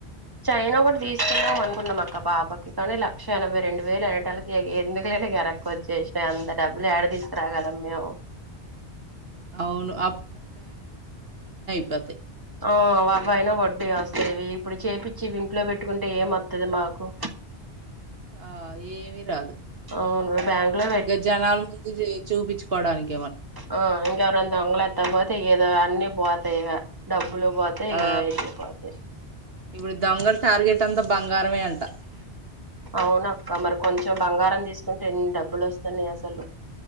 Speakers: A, on the right; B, on the right.
A: చైనొకటి దీసుకుందామనుకున్నమక్క పాపకి కాని లక్ష ఎనభై రెండు వేలనేటాళ్కి ఎగ ఎందుకు లే అని గరక్కొచ్చేష్నా అంత డబ్బులు యాడ దీసుకురాగలం మేము.
B: అవును పెతాయ్
A: ఆ వవ్వయినా వడ్డీ వస్తాయ్వి ఇప్పుడు చేపిచ్చివింట్లో పెట్టుకుంటే ఏమొత్తది మాకు.
B: ఆ ఏమీ రాదు
A: అవును బ్యాంక్ లో
B: ఇగ జనాల్ ముందు జే చూపించుకోడానికి.
A: ఒ ఇంగ రొంత అంగలాత్తే బో తెయ్యదో అన్నీ బోతాయిగ డబ్ బ్బులు బోతాయ్ ఇగ
B: ఆ
A: అన్ని పోతాయ్
B: ఇప్పుడు దొంగలు టార్గెట్ అంతా బంగారమే అంట
A: ఔనక్క మరి కొంచ్. కొంచెం బంగారం దీస్కుంటే ఎన్ని డబ్బులొస్తన్నాయసలు.